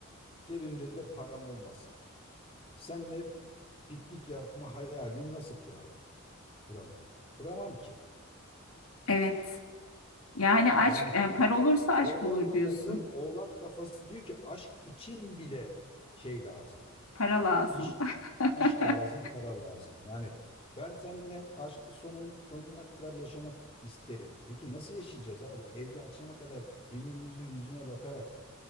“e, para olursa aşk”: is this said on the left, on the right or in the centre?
Left